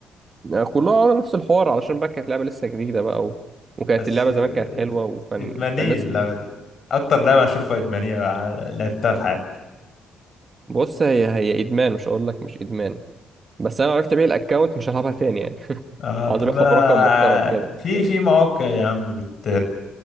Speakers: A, on the right; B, on the left.
A: آه، كلها على نفس الحوار علشان بقى كانت لعبة لسه جديدة بقى و... وكانت
B: بس
A: اللعبة
B: آه،
A: زمان كانت حلوة وفن...
B: ادمانيه
A: فالناس
B: اللعبه
A: كانت
B: دي اكتر لعبه اشوفها ادمانيه لعبتها في حياتي
A: بص هي هي إدمان مش هقول لك مش إدمان بس أنا لو عرفت أبيع الأكونت مش هلعبها تاني يعني <laughs>
B: اه
A: هقعد
B: طب
A: أبيعها
B: ما
A: برقم محترم كده
B: أنا- في في مواقع يا عم بت